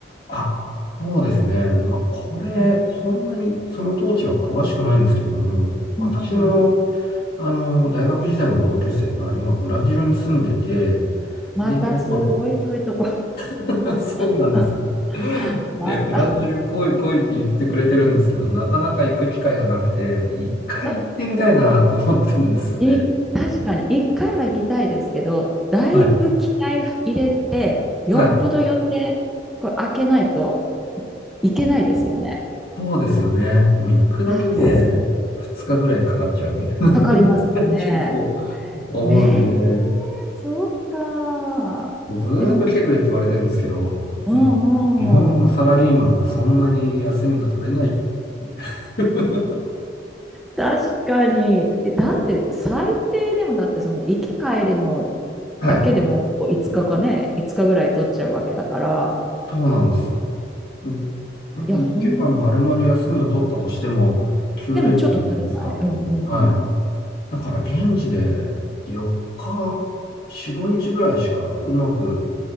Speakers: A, on the left; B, in the centre.
A: あ、そうですね。まあ、これ、
B: うん
A: そんなに、その当時は詳しくないんですけども、私の、
B: うん。うんうん
A: あの、大学時代の同級生が今、ブラジルに住んでて、
B: またすごい遠いとこ。
A: で、まあ、<laughs> そうなんです。
B: <laughs> また。
A: で、ブラジル来い来いって言ってくれてるんですけど、
B: ち
A: なかなか行く機会がなくて、一回行ってみたいなと思ってるんですよね。
B: ょっとい、確かに一回は行きたいですけど、だいぶ気合入れて、
A: はい。
B: よっぽど予定、
A: はい。
B: これ開けないといけないですよね。
A: そうですよね。もう行くだけで2日ぐらいかかっちゃうみたいに
B: あーかかりますね。
A: な、ちゃうと思うんで。
B: ええそうか。
A: もうずーっと来てくれって言われてるんですけど、
B: でも、うんうん。
A: うん日本のサラリーマンはそんなに休みが取れない。<laughs>
B: 確かに。えだって最低でもだってその行き帰りの
A: はい。
B: だけでもこう5日かかね、5日ぐらい取っちゃうわけだから、
A: そうなんです。うん
B: いや、
A: 1週間丸々休みを取ったとしても、
B: ほん、
A: 休連休じゃないですか。
B: でもちょっと足りない。うんうんうん。
A: はい。だから現地で4日、4、5日ぐらいしかうまく、